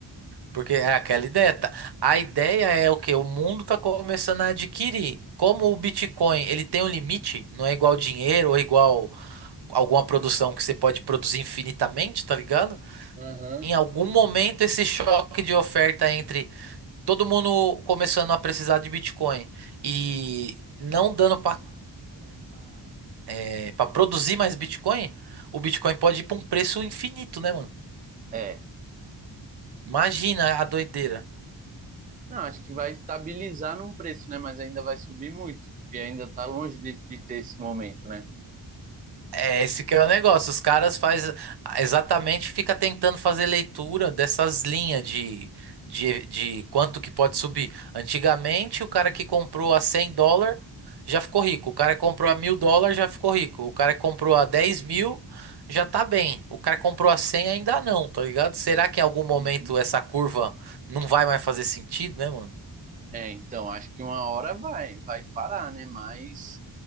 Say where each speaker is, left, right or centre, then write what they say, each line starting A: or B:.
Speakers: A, on the right; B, on the right.
A: Porque é aquela ideia, tá? A ideia é o quê? O mundo tá começando a adquirir. Como o Bitcoin, ele tem um limite, não é igual dinheiro ou igual alguma produção que você pode produzir infinitamente, tá ligado?
B: Aham.
A: Em algum momento esse choque de oferta entre todo mundo começando a precisar de Bitcoin e não dando para é, para produzir mais Bitcoin, o Bitcoin pode ir para um preço infinito, né, mano?
B: É.
A: Imagina a doideira.
B: Não, acho que vai estabilizar num preço, né? Mas ainda vai subir muito, porque ainda está longe de, de ter esse momento, né?
A: É esse que é o negócio. Os caras faz exatamente fica tentando fazer leitura dessas linhas de, de, de quanto que pode subir. Antigamente, o cara que comprou a 100 dólar já ficou rico. O cara que comprou a 1000 dólares já ficou rico. O cara que comprou a 10 mil já tá bem. O cara que comprou a 100 ainda não, tá ligado? Será que em algum momento
B: Uhum.
A: essa curva não vai mais fazer sentido, né, mano?
B: É, então, acho que uma hora vai, vai parar, né? Mas